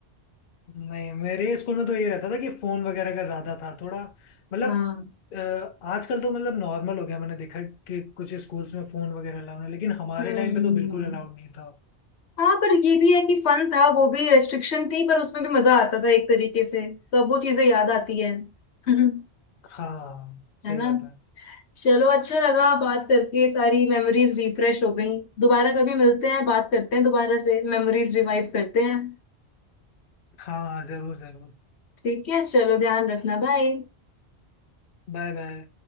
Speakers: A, on the left; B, on the left.
A: नहीं मेरे स्कूल में तो ये रहता था कि फोन वगैरह का ज्यादा था थोड़ा मतलब
B: हाँ
A: अ, आजकल तो मतलब नॉर्मल हो गया मैंने देखा कि कुछ स्कूल्स में फोन वगैरह अलाउड है लेकिन हमारे
B: हम्म
A: टाइम पे तो बिल्कुल अलाउड नहीं था
B: हाँ पर ये भी है कि फन था वो भी रेस्ट्रिक्शन थी पर उसमें भी मजा आता था एक तरीके से तो अब वो चीजें याद आती है <laughs> है
A: हाँ सही
B: ना
A: बात है
B: चलो अच्छा लगा बात करके सारी मेमोरीज रिफ्रेश हो गई दोबारा कभी मिलते हैं बात करते हैं दोबारा से मेमोरीज रिवाइव करते हैं
A: हाँ हाँ, जरूर जरूर
B: ठीक है चलो ध्यान रखना बाय
A: Bye bye